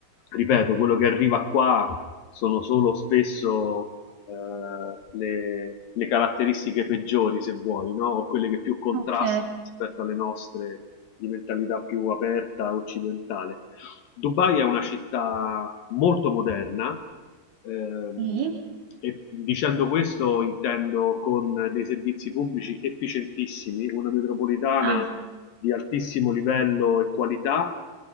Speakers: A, on the left; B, on the right.
A: ripeto, quello che arriva qua sono solo spesso eh, le, le caratteristiche peggiori, se vuoi, no? o quelle che più contrastano
B: Ok,
A: rispetto alle nostre di mentalità più aperta occidentale. Dubai è una città molto moderna, ehm,
B: sì.
A: e dicendo questo intendo con dei servizi pubblici efficientissimi, una metropolitana
B: Ah,
A: di altissimo livello e qualità.